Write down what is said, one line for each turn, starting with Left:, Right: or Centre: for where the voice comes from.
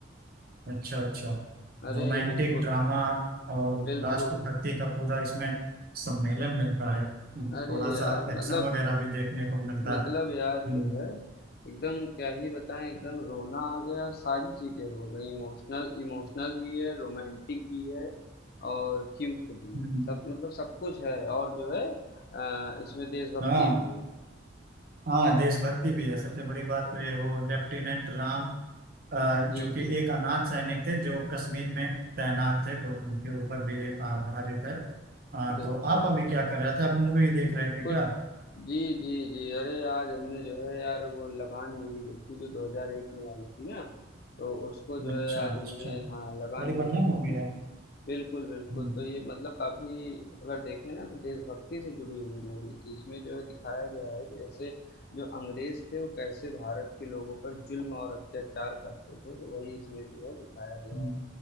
Right: अच्छा अच्छा
Left: अरे
Right: रोमांटिक
Left: बिल्कुल
Right: ड्रामा और
Left: बिल्कुल
Right: राष्ट्रभक्ति का पूरा इसमें सम्मेलन मिलता है
Left: अरे
Right: थोड़ा
Left: यार
Right: सा एक्शन
Left: मतलब
Right: वगैरह भी देखने को मिलता
Left: मतलब
Right: है
Left: यार
Right: हम्म
Left: जो है एकदम क्या ही बताएं एकदम रोना आ गया सारी चीज़ें हो गई इमोशनल इमोशनल भी है रोमांटिक भी है और क्यूट भी
Right: हम्म,
Left: है सब मतलब सब कुछ है और जो है अ, इसमें देशभक्ति
Right: हाँ
Left: भी है
Right: हाँ देशभक्ति भी है सबसे बड़ी बात तो ये है, वो लेफ्टिनेंट राम अ, जो
Left: जी
Right: कि
Left: जी
Right: एक अनाथ सैनिक थे जो कश्मीर में तैनात थे तो उनके ऊपर भी ये आधारित है हाँ
Left: बिल्कुल
Right: तो आप अभी
Left: बिल्कुल
Right: क्या कर रहे थे आप मूवी देख रहे थे
Left: कुछ
Right: क्या
Left: जी जी जी अरे आज हमने जो है यार वो लगान मूवी देखी जो 2001 में आई थी ना तो उसको जो
Right: अच्छा
Left: है आज
Right: अच्छा
Left: हमने हाँ लगान
Right: बड़ी बढ़िया
Left: मूवी देखी
Right: मूवी है
Left: बिल्कुल, बिल्कुल।
Right: हम्म,
Left: तो ये मतलब काफ़ी अगर देखें ना तो देशभक्ति से जुड़ी हुई मूवी थी। इसमें जो है दिखाया गया है कि जैसे जो अंग्रेज़ थे वो कैसे भारत के लोगों पर ज़ुल्म और अत्याचार करते थे, तो वही इसमें जो है दिखाया गया
Right: हम्म,
Left: है।